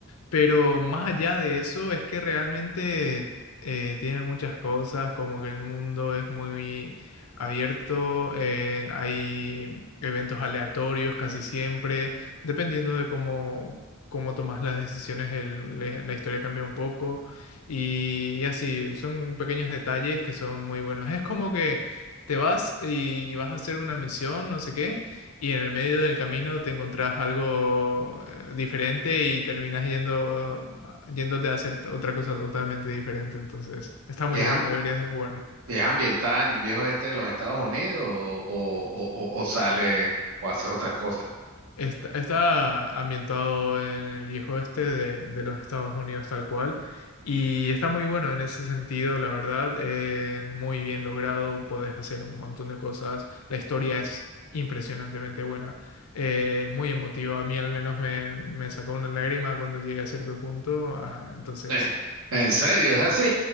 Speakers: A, on the left; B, on the right.
A: pero más allá de eso es que realmente eh, tiene muchas cosas, como que el mundo es muy abierto, eh, hay eventos aleatorios casi siempre, dependiendo de cómo, cómo tomas las decisiones, el- le- la historia cambia un poco y, y así, son pequeños detalles que son muy buenos. Es como que te vas y vas a hacer una misión, no sé qué y en el medio del camino te encontrás algo eh, diferente y terminás yendo, yéndote a hacer t- otra cosa totalmente diferente. Entonces, está muy
B: ¿Y es,
A: bueno,
B: am-
A: deberías de jugarlo.
B: y es ambientada en el viejo este de los Estados Unidos o, o- o- o- o sale o hace otras cosas? <laughs>
A: Está, está ambientado en el viejo oeste de, de los Estados Unidos tal cual y está muy bueno en ese sentido, la verdad, eh, muy bien logrado, podés hacer un montón de cosas, la historia es impresionantemente buena, eh, muy emotiva, a mí al menos me, me sacó una lágrima cuando llegué a cierto punto, ah, entonces
B: Eh, en serio, es así.